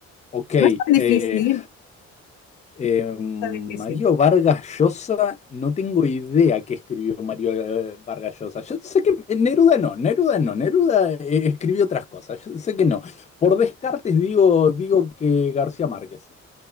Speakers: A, on the left (about 25°); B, on the left (about 75°).
A: Ok,
B: No es tan
A: eh,
B: difícil.
A: eh, Mario
B: Tan difícil.
A: Vargas Llosa, no tengo idea qué escribió Mario eh, Vargas Llosa. Yo sé que eh, Neruda no, Neruda no, Neruda eh, escribió otras cosas, yo sé que no. Por descartes digo, digo que García Márquez,